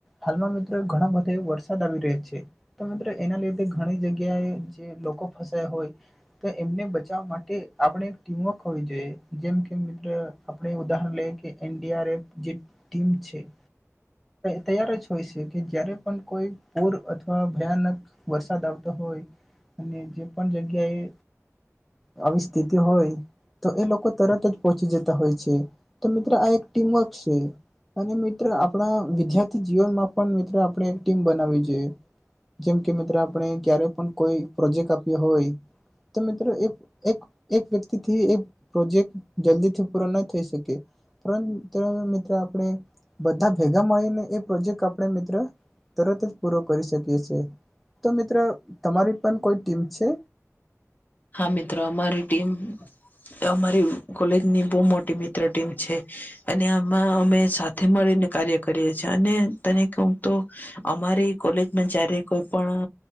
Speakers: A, in the centre; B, on the left (about 35°).
A: હાલમાં મિત્રો ઘણા બધે વરસાદ આવી રહ્યો છે. તો મિત્ર એના લીધે ઘણી જગ્યાએ જે લોકો ફસાયા હોય તો એમને બચાવવા માટે આપણે એક ટીમવર્ક હોવી જોઈએ જેમ કે મિત્ર આપણે ઉદાહરણ લઈએ કે ઇન્ડિયારેટ જે ટીમ છે. તૈયાર જ હોય છે કે જયારે પણ કોઈ પૂર અથવા ભયાનક વરસાદ આવતો હોય અને જે પણ જગ્યાએ આવી સ્થિત હોય તો એ લોકો તરત જ પહોંચી જતા હોય છે તો મિત્રો આ એક ટીમવર્ક છે. અને મિત્ર આપણા વિદ્યાર્થી જીવનમાં પણ મિત્ર આપણે એક ટીમ બનાવી જોઈ જેમ કે મિત્રો આપણે ક્યારેક પણ કોઈ પ્રોજેક્ટ આપ્યો હોય તો મિત્રો એક એક એક વ્યક્તિથી એક પ્રોજેક્ટ જલ્દીથી પૂરો ન થઈ શકે પરંતુ મિત્ર આપણે બધા ભેગા મળીને એ પ્રોજેક્ટ આપણે મિત્ર તરત જ પૂરો કરી શકીએ છીએ તો મિત્રો તમારી પણ કોઈ ટીમ છે?
B: હા મિત્રો અમારી ટીમ અમારી કોલેજની બહુ મોટી મિત્ર તે ટીમ છે અને આમાં અમે સાથે મળીને કાર્ય કરીએ છીએ અને તને કહું તો અમારી કોલેજમાં જયારે કોઈ પણ